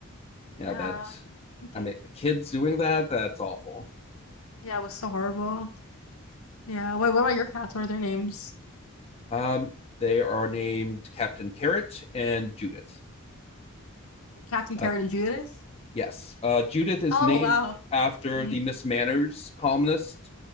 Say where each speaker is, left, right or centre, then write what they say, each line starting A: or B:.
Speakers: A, on the left; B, on the left.
A: Yeah,
B: Yeah.
A: that
B: Thank
A: I
B: you.
A: mean kids doing that, that's awful.
B: Yeah, it was so horrible. Yeah. Wait, what about your cats? What are their names?
A: Um, they are named Captain Carrot and Judith.
B: Captain
A: Uh,
B: Carrot and Judas?
A: yes. Uh, Judith is
B: Oh,
A: named
B: wow.
A: after
B: hmm
A: the Miss Manners columnist,